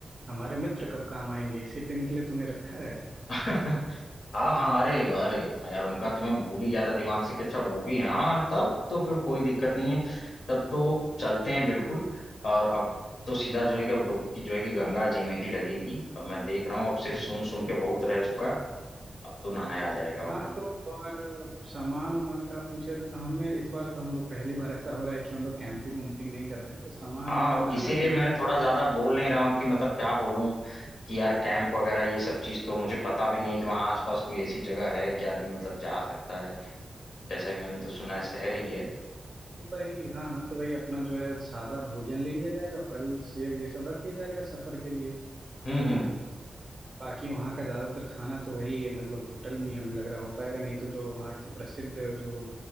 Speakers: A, on the right; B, on the left.
A: हमारे मित्र कब काम आएंगे इसी दिन के लिए तूने रखा है
B: <laughs> हाँ हाँ अरे अरे हाँ यार उनका तो मैं भूल ही गया था दिमाग से कि अच्छा वो भी हैं हाँ तब तो फिर कोई दिक्कत नहीं है तब तो चलते हैं बिल्कुल और अब तो सीधा जो है कि अब डुबकी जो है कि गंगा जी में ही लगेगी अब मैं देख रहा हूँ अब सिर्फ
A: बिल्कुल
B: सुन सुन के बहुत रह चुका अब तो नहाया जाएगा वहां
A: हाँ तो और सामान उमान का पूछे तो, तो हमें इस बार तो हम लोग पहली बार ऐसा हो रहा है कि हम लोग कैंपिंग वैम्पिंग नहीं कर रहे हैं तो सामान
B: हाँ
A: वामान में
B: इसीलिए
A: हालांकि हमें
B: मैं
A: कुछ
B: थोड़ा ज्यादा
A: देंगे
B: बोल नहीं रहा हूँ कि मतलब क्या बोलूँ कि यार कैंप वगैरह ये सब चीज तो मुझे पता भी नहीं कि वहां आसपास कोई ऐसी जगह है कि आदमी मतलब जा सकता है जैसा कि मैंने तो सुना है शहर ही है
A: तो भाई हाँ हाँ तो भाई अपना जो है सादा भोजन ले लिया जाएगा फल सेब ये सब रख लिया जाएगा सफर के लिए
B: हम्म हम्म
A: बाकी वहाँ का ज़्यादातर खाना तो वही है, मतलब होटल में ही हमें लग रहा हो पाएगा नहीं तो जो वहाँ की प्रसिद्ध जो